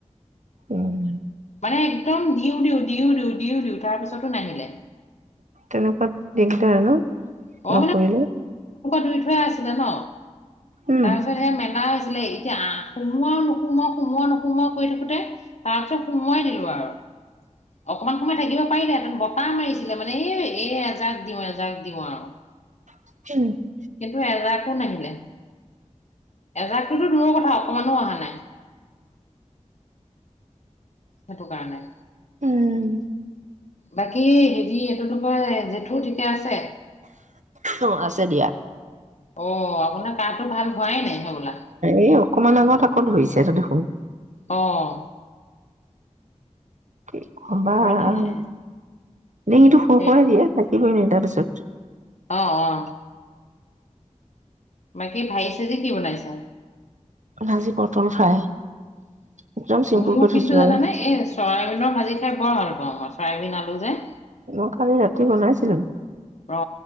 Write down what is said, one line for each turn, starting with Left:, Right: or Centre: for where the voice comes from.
Right: উম <inaudible>
Left: মানে একদম দিওঁ দিওঁ দিও দিওঁ দিওঁ তাৰ পিছতো নাহিলে।
Right: তেনেকুৱাত দিগদাৰ ন।
Left: <unintelligible>
Right: নপৰিলে
Left: ধুই থুৱাই আছিলে ন।
Right: উম
Left: তাৰপিছত সেয়া মেলা হৈছে ছিলে এতিয়া আহ সোমোৱাও নোসুমোৱাও সোমোৱা নোসোমোৱা কৰি থাকোতে তাৰ পিছত সোমোৱাই দিলো আৰু। অকমান সময় থাকিব পাৰিলেহেতেন ব পাল মাৰিছিলে মানে এই এ এজাক দিওঁ এজাক দিওঁ আৰু।
Right: <unintelligible>
Left: <unintelligible> নাহিলে এজাকটোতো দূৰৰ কথা অকমানো অহা নাই। সেটো কাৰণে।
Right: উম।
Left: বাকী হেৰি এইটোতো বাৰু জেঠু আছে।
Right: অ আছে দিয়া।
Left: অ আপোনাৰ কাহটো ভাল হোৱাই নাই হবলা
Right: এই অকমান আগত আকৌ ধৰিছে দেখো <unintelligible>
Left: অহ।
Right: কি কবা
Left: দে
Right: আৰু ডিঙিটো সুৰ
Left: এ
Right: কৰাই দিয়ে তাৰপিছত
Left: অ অ বাকী ভাজ চাজি কি বনাইছা।
Right: ভাজি পটল ফ্ৰাই। একদম চিম্পুলকৈ
Left: মোৰ
Right: থৈছো
Left: কিন্তু জানে
Right: আৰু
Left: নে এই চয়াবিনৰ ভাজি খাই বৰ ভাল চয়াবীন আলু যে।
Right: মই কালি ৰাতি বনাইছিলো।
Left: অ